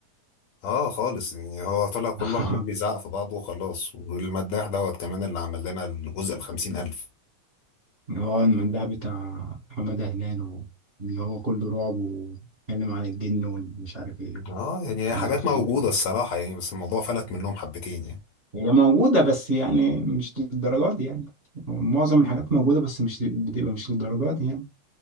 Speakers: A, on the left; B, on the right.
A: اه خالص يعني هو طلع كله
B: <laughs>
A: عمال بيزعق في بعضه وخلاص والمداح دوت كمان اللي عمل لنا الجزء الخمسين ألف
B: هو المندهب بتاع محمد هلال و- اللي هو كله رعب واتكلم عن الجن ومش عارف ايه
A: اه يعني
B: والعفاريت
A: حاجات موجودة
B: والهم
A: الصراحة يعني بس الموضوع فلت منهم حبتين يعني
B: هي موجودة بس يعني مش للدرجات دي يعني معظم الحاجات موجودة بس مش بتبقى مش للدرجات دي يعني